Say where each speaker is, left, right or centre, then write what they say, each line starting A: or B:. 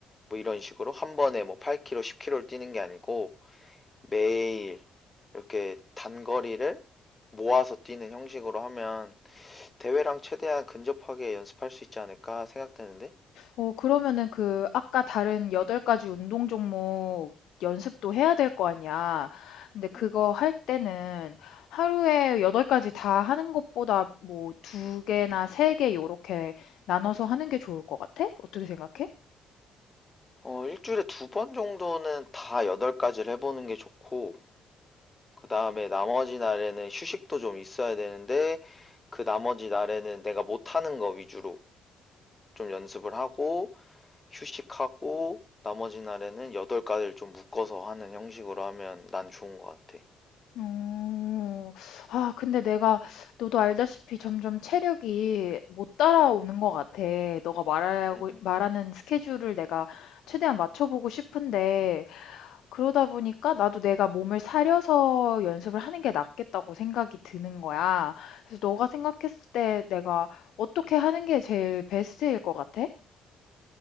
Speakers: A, on the left; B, on the left.
A: 뭐, 이런 식으로. 한 번에 뭐, 8km, 10km를 뛰는 게 아니고, 매일, 이렇게 단거리를 모아서 뛰는 형식으로 하면, 대회랑 최대한 근접하게 연습할 수 있지 않을까 생각되는데,
B: 어, 그러면은 그 아까 다른 여덟 가지 운동 종목 연습도 해야 될 거 아니야. 근데 그거
A: 음, 음.
B: 할 때는 하루에 여덟 가지 다 하는 것보다 뭐 두 개나 세 개 요렇게 나눠서 하는 게 좋을 것 같아? 어떻게 생각해?
A: 어, 일주일에 두 번 정도는 다 여덟 가지를 해보는 게 좋고, 그 다음에 나머지 날에는 휴식도 좀 있어야 되는데, 그 나머지 날에는 내가 못하는 거 위주로 좀 연습을 하고, 휴식하고, 나머지 날에는 여덟 가지를 좀 묶어서 하는 형식으로 하면 난 좋은 것 같아.
B: 음, 아, 근데 내가, 너도 알다시피 점점 체력이 못 따라오는 것 같아. 너가 말하고,
A: 응응.
B: 말하는 스케줄을 내가 최대한 맞춰보고 싶은데, 그러다 보니까 나도 내가 몸을 사려서 연습을 하는 게 낫겠다고 생각이 드는 거야. 그래서 너가
A: 응.
B: 생각했을 때 내가 어떻게 하는 게 제일 베스트일 것 같아?